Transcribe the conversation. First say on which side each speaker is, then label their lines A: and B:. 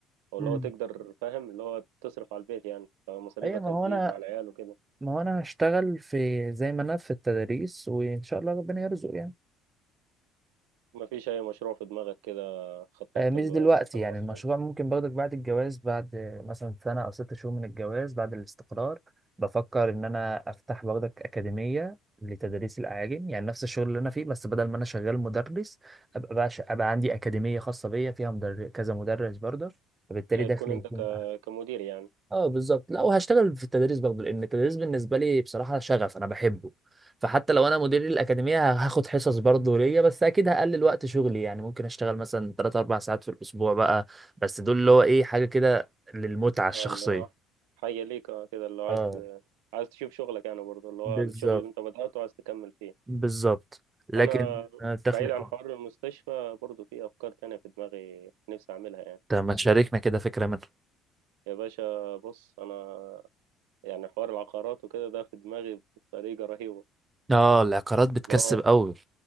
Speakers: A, on the right; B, on the right.
A: او اللي
B: امم
A: هو تقدر فاهم اللي هو تصرف على البيت يعني فمصاريفك
B: ايوه ما هو
A: هتزيد
B: انا
A: مع العيال وكده
B: ما هو انا هشتغل في زي ما انا في التدريس وان شاء الله ربنا يرزق يعني
A: ما فيش اي مشروع في دماغك كده خططت
B: آه، مش
A: له
B: دلوقتي
A: يعني مثلا
B: يعني
A: مع اصحابك
B: المشروع ممكن باخدك بعد الجواز بعد آه، مثلا سنة أو ست شهور من الجواز بعد الاستقرار بفكر إن أنا أفتح باخدك أكاديمية لتدريس الأعاجم يعني نفس الشغل اللي أنا فيه بس بدل ما أنا شغال مدرس أبقى بقى ش- أبقى عندي أكاديمية خاصة بيا فيها مدر... كذا مدرس برضه فبالتالي
A: هي
B: دخلي
A: تكون انت
B: يكون
A: ك...
B: أحسن
A: كمدير يعني
B: اه بالظبط لا وهشتغل في التدريس برضه لان التدريس بالنسبه لي بصراحه شغف انا بحبه فحتى لو انا مدير الاكاديميه هاخد حصص برضه ليا بس اكيد هقلل وقت شغلي يعني ممكن اشتغل مثلا 3 4 ساعات في الاسبوع بقى بس دول اللي هو ايه حاجه كده للمتعه الشخصيه
A: اه اللي هو حاجة ليك اه كده اللي هو عايز
B: اه
A: عايز تشوف شغلك يعني برضه اللي هو
B: بالظبط
A: الشغل اللي انت بدأته عايز تكمل فيه
B: بالظبط لكن
A: انا
B: آه، الدخل
A: بعيد عن
B: اه
A: حوار المستشفى برضه في افكار تانية في دماغي نفسي اعملها يعني
B: طب ما تشاركنا كده فكره منها
A: يا باشا بص انا يعني حوار العقارات وكده ده في دماغي بطريقة رهيبة
B: اه العقارات بتكسب
A: اللي هو
B: قوي